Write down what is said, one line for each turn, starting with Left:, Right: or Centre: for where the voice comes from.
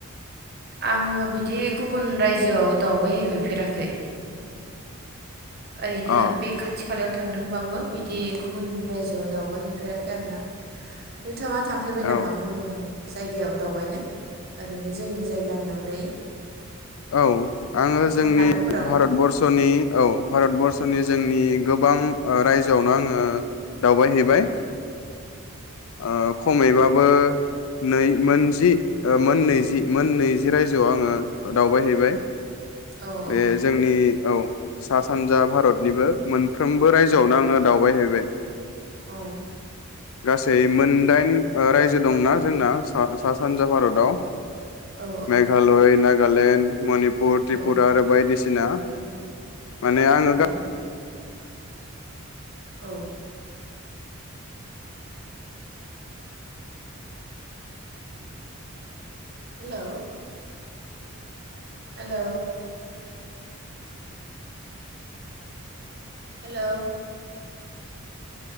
Right: आङो बिदि गुबुन रायजोआव दावबाय हैफेराखै ओरैनो
Left: अ
Right: बे खाथि खालायाव थांदोंबा बो बिदि गुबुन रायजोआव दावबाय हैफेराखै आरोना नोंथाङा थांफेरबाय
Left: औ
Right: नामा गुबुन जायगायाव दावबायनो ओरैनो जोंनि जायगानि अनगायै?
Left: औ आङो
Right: गुबुन
Left: जोंनि
Right: हादोरफोराव
Left: भारतबर्सनि औ भारतबर् सनि जोंनि गोबां रायजोआवनो आङो दावबायहैबाय आ। खमैबाबो नै मोनजि ओ मोननैजि मोन नैजि रायजोआव आङो ओ दावबाय हैैबाय
Right: औ
Left: बे
Right: औ
Left: जोंनि औ सा सानजा भारतनिबो मोनफ्रोमबो रायजोआवनो आंनो दावबायहैबाय।
Right: औ।
Left: गासै मोनदाइन ओ रायजो दंना जोंना सा सा सानजा भारताव।
Right: औ
Left: मेघालय नाग गालण्ड मणि पुर त्रिपुरा
Right: औ
Left: आरो बायदिसिना
Right: औ
Left: माने आङो
Right: औ
Left: गा
Right: औ हेलौ हेलौ हेलौ